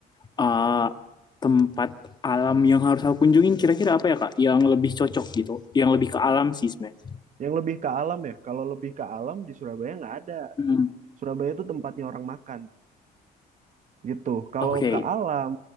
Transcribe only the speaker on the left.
ah, tempat alam yang harus aku kunjungin kira-kira apa ya Kak? Yang lebih cocok gitu, yang lebih ke alam sih sebenarnya.
Hmm.
Oke,